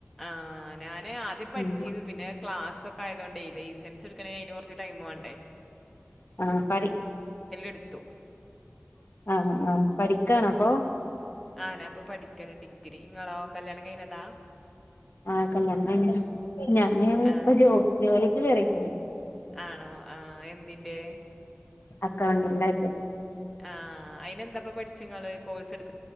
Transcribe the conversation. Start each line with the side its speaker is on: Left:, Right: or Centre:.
Centre: ആഹ് ഞാന് ആദ്യം പഠിച്ചിന്നു
Left: ഉം
Centre: പിന്നെ ക്ലാസൊക്കെ ആയതോണ്ടേ ലൈസൻ സ്ട്ക്കണെ അയ്ന് കൊർച്ച് ടൈമ് വാണ്ടേ
Left: ആ പ
Centre: എടുത്തു
Left: ആഹ് ആഹ് പഠിക്കാണോ
Centre: ഉം
Left: അപ്പൊ
Centre: പഠിക്കാണോ അപ്പോ ആ ഞാനിപ്പോ പഠിക്കാണ് ഡിഗ്രി ഇങ്ങളോ കല്യാണം കഴിഞ്ഞതാ
Left: ആ കല്യാണം കഴിഞ്ഞ് ഞാൻ ഇപ്പൊ
Centre: ആ
Left: ജോലിക്ക് കേറിക്ക്ണ്
Centre: ആണോ ആഹ് എന്തിന്റെ
Left: അക്കൗണ്ടന്റ് ആയിട്ട്
Centre: ആഹ് അയിന് എന്താപ്പ പഠിച്ച് ഇങ്ങള് കോഴ്സ് എടു